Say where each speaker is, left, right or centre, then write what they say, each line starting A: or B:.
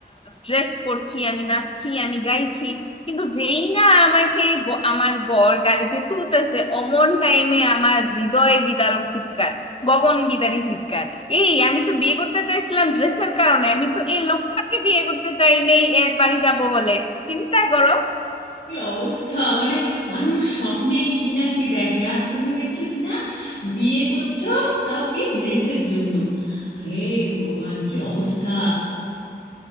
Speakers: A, on the left; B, on the left.
A: ড্রেস পরছি আমি নাচছি আমি গাইছি কিন্তু যেই না আমাকে ব- আমার বর গাড়িতে তুলতেছে অমন টাইমে আমার হৃদয় বিদারক চিৎকার গগন বিদারী চিৎকার এই আমি তো বিয়ে করতে চাইছিলাম ড্রেসের কারণে আমি তো এই লোকটাকে বিয়ে করতে চাই নেই এর বাড়ি যাব বলে চিন্তা করো
B: কি অবস্থা মানে মানুষ স্বপ্নে কি না কি দেখে আর তুমি দেখছো কি না বিয়ে করছো তাও কি ড্রেসের জন্য হে ভগবান কি অবস্থা